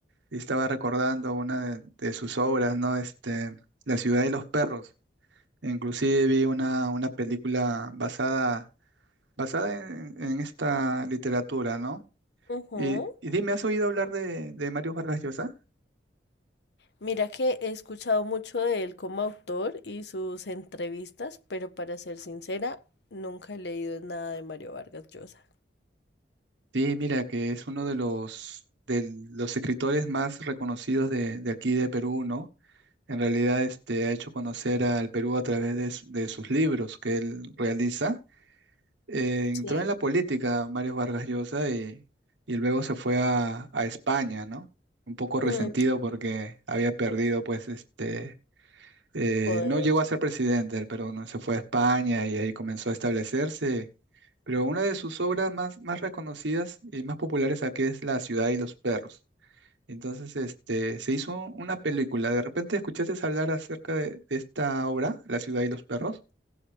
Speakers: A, on the right; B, on the left.
A: Y estaba recordando una de, de sus obras, ¿no? Este, La ciudad y los perros. Inclusive vi una, una película basada, basada en, en esta literatura, ¿no?
B: Ujú.
A: Y, y dime, ¿has oído hablar de, de Mario Vargas Llosa?
B: Mira que he escuchado mucho de él como autor y sus entrevistas, pero para ser sincera, nunca he leído nada de Mario Vargas Llosa.
A: Sí, mira que es uno de los, de los escritores más reconocidos de, de aquí de Perú, ¿no? En realidad, este, ha hecho conocer al Perú a través de, s- de sus libros que él realiza. Eh, entró
B: Sí.
A: en la política Mario Vargas Llosa y, y luego se fue a, a España, ¿no? Un poco resentido
B: Mm,
A: porque había perdido, pues, este, eh,
B: joder.
A: no llegó a ser presidente del Perú, ¿no? Se fue a España y ahí comenzó a establecerse. Pero una de sus obras más, más reconocidas y más populares aquí es La ciudad y los perros. Entonces, este, se hizo una película. ¿De repente escuchaste hablar acerca de, de esta obra, La ciudad y los perros?